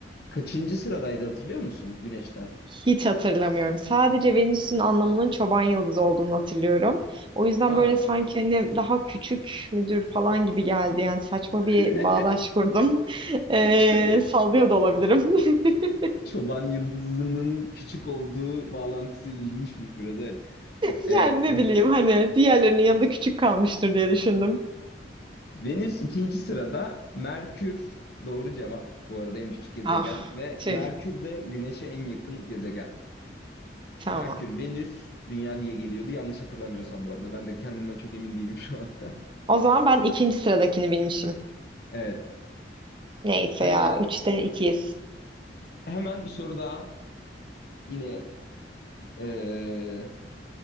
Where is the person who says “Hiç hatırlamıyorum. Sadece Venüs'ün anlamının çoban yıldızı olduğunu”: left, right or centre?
Right